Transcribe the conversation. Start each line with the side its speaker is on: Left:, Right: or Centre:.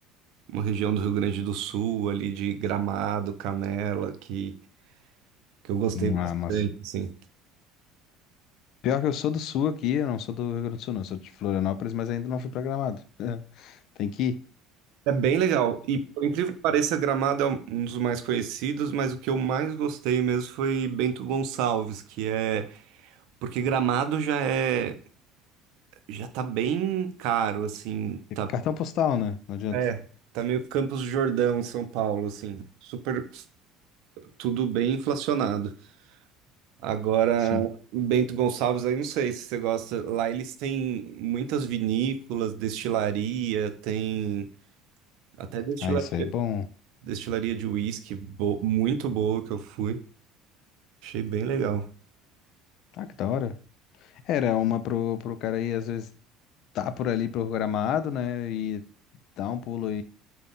Right: uma região do Rio Grande do Sul, ali de Gramado, Canela, que, que eu gostei bastante,
Left: Ah, mas
Right: assim.
Left: pior que eu sou do sul aqui, eu não sou do Rio Grande do Sul, não. Eu sou de Florianópolis, mas ainda não fui pra Gramado. <laughs> Tem que ir.
Right: É bem legal. E por incrível que pareça, Gramado é um um dos mais conhecidos, mas o que eu mais gostei mesmo foi Bento Gonçalves, que é porque Gramado já é já tá bem caro, assim,
Left: É
Right: tá
Left: Cartão postal, né? Não adianta.
Right: é, tá meio Campos do Jordão em São Paulo, assim, super tudo bem inflacionado. Agora,
Left: Sim.
Right: Bento Gonçalves, aí não sei se você gosta. Lá eles têm muitas vinícolas, destilaria, tem até destilaria,
Left: Ah, isso aí é bom.
Right: destilaria de uísque bo- muito boa que eu fui. Achei bem legal.
Left: Ah, que da hora. Era uma pro, pro cara aí, às vezes, tá por ali pro Gramado, né? E dá um pulo